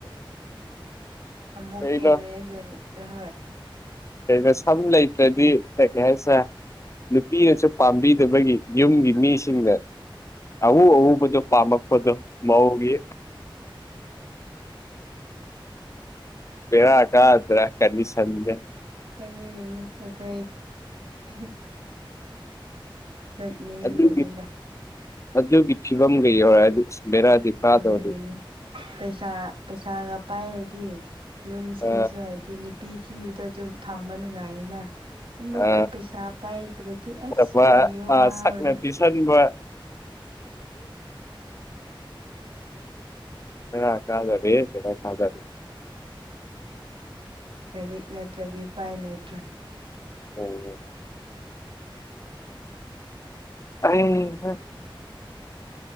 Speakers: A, on the right; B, on the left.
A: ꯑꯃꯨꯛ
B: ꯀꯩꯅꯣ
A: ꯀꯦꯟꯂꯦ <unintelligible> ꯍꯣꯏ
B: ꯀꯩꯅꯣ ꯁꯝ ꯂꯩꯇ꯭ꯔꯗꯤ ꯀꯩ ꯍꯥꯏꯁꯤꯔ ꯅꯨꯄꯤꯅꯁꯨ ꯄꯥꯝꯕꯤꯗꯕꯒꯤ ꯌꯨꯝꯒꯤ ꯃꯤꯁꯤꯡꯅ ꯑꯎ ꯑꯎꯕꯗꯣ ꯄꯥꯝꯃꯛꯄꯗꯣ ꯃꯧꯒꯤ ꯕꯦꯔ ꯀꯥꯗ꯭ꯔ ꯀꯟꯗꯤꯁꯟꯁꯦ
A: <unintelligible> <unintelligible>
B: ꯑꯗꯨꯒꯤ ꯑꯗꯨꯒꯤ ꯐꯤꯕꯝꯒ ꯌꯧꯔꯛꯑꯗꯤ ꯕꯦꯔꯥꯗꯤ ꯀꯥꯗꯧꯔꯤ
A: ꯑꯗꯨꯒꯤꯅꯤ ꯄꯩꯁꯥ ꯄꯩꯁꯥꯒ ꯄꯥꯏꯔꯗꯤ ꯌꯨꯝꯁꯤꯡꯁꯨ
B: ꯑ
A: ꯍꯥꯏ ꯑꯗꯩ ꯅꯨꯄꯤ ꯊꯤꯕꯗꯣ ꯑꯗꯨꯝ ꯐꯪꯕ ꯅꯨꯡꯉꯥꯏꯌꯦꯅ ꯑꯃꯨꯛꯀ
B: ꯑ
A: ꯄꯩꯁꯥ ꯄꯥꯏꯗ꯭ꯔꯗꯤ ꯑꯁ
B: ꯑꯐꯕ
A: ꯊꯤꯕ
B: ꯑ
A: ꯋꯥꯕꯗꯣ
B: <unintelligible> <unintelligible>
A: ꯂꯥꯏꯔꯤꯛ ꯅꯠꯇ꯭ꯔꯗꯤ ꯎꯄꯥꯏ ꯂꯩꯇ꯭ꯔꯦ
B: <unintelligible> ꯑꯩꯍꯥ